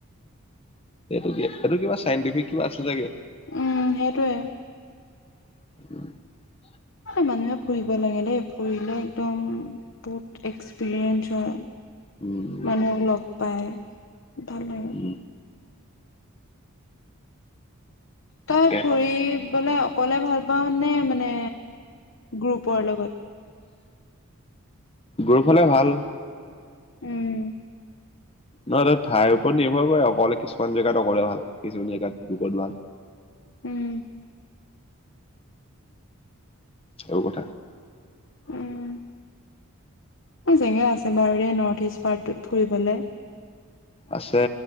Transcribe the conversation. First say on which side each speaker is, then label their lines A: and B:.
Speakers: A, on the left (about 25°); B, on the left (about 55°).
A: এইটো কি এইটো কিবা চাইণ্টিফিক কিবা আছে চাগে
B: উম সেইটোৱে
A: <unintelligible>
B: মানুহে ফুৰিব লাগে দেই ফুৰিলে একদম বহুত এক্সপেৰিয়েন্স হয়
A: উম
B: মানুহক লগ পাই ভাল লাগে
A: উম,
B: তই
A: তাকে
B: ফুৰিবলে অকলে ভাল পাও নে মানে, গ্ৰুপৰ লগত?
A: গ্ৰুপহলে ভাল
B: উম
A: নহয় নহয় ঠাইৰ ওপৰত নিৰ্ভৰ কৰে অকলে কিছুমান জেগাত অকলে ভাল, কিছুমান জেগাত দুজন ভাল
B: উম
A: এইবোৰ কথা
B: উম জেগা আছে বাৰু এই নৰ্থ ইষ্ট পাৰ্টটোত ফুৰিবলে
A: আছে